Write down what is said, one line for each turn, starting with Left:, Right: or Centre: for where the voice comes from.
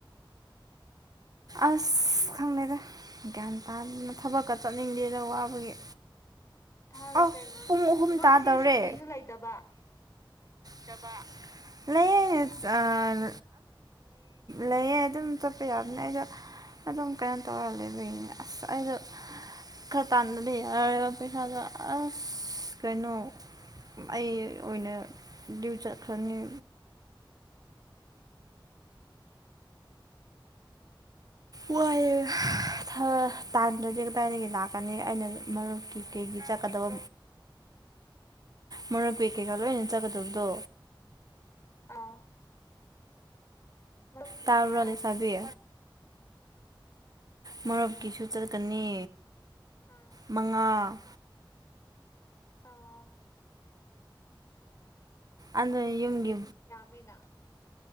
Right: ꯑꯁ ꯈꯪꯗꯦꯗ ꯒ꯭ꯌꯥꯟ ꯇꯥꯗꯅ ꯊꯕꯛꯀ ꯆꯠꯅꯤꯡꯗꯦꯅ ꯋꯥꯕꯒꯤ
Left: ꯊꯥꯔꯣ
Right: ꯑꯧ
Left: ꯀꯩꯅꯣ
Right: ꯄꯨꯡ ꯑꯍꯨꯝ
Left: ꯅꯣꯏꯁꯤ
Right: ꯇꯥꯗꯧꯔꯦ
Left: ꯁꯨꯇꯤꯁꯨ ꯂꯩꯇꯕ
Right: ꯆꯕ ꯂꯩꯑ ꯂꯩꯌꯦ ꯑꯗꯨꯝ ꯆꯠꯄ ꯌꯥꯕꯅꯦ ꯑꯩꯗꯣ ꯑꯗꯨꯝ ꯀꯩꯅꯣ ꯇꯧꯔ ꯂꯩꯕꯅꯦ ꯑꯁ ꯑꯩꯗꯣ ꯈꯔ ꯇꯥꯟꯥꯟꯕꯗ ꯌꯥꯔꯔꯤꯕ ꯄꯩꯁꯥꯗꯣ ꯑꯁ ꯀꯩꯅꯣ ꯑꯩ ꯑꯣꯏꯅ ꯗ꯭ꯌꯨ ꯆꯠꯈ꯭ꯔꯅꯤ ꯋꯨ꯭ꯏꯌꯦ ꯊꯔ ꯇꯥꯜꯗ꯭ꯔꯗꯤ ꯀꯥꯏꯗꯒꯤ ꯂꯥꯛꯀꯅꯤ ꯑꯩꯅ ꯃꯔꯨꯞꯀꯤ ꯀꯩꯒꯤ ꯆꯠꯀꯗꯕ ꯃꯔꯨꯞꯀꯤ ꯀꯩꯀꯥ ꯂꯣꯏꯅ ꯆꯠꯒꯗꯕꯗꯣ
Left: ꯑꯥ ꯃꯔꯨꯞꯀꯤ
Right: ꯇꯥꯕ꯭ꯔꯣ
Left: ꯀꯌꯥ
Right: ꯂꯩꯁꯕꯤ ꯃꯔꯨꯞꯀꯤꯁꯨ ꯆꯠꯀꯅꯤ
Left: ꯎꯝ
Right: ꯃꯉꯥ
Left: ꯑꯥ
Right: ꯑꯗꯨ ꯌꯨꯝꯒꯤ
Left: ꯃꯤꯅ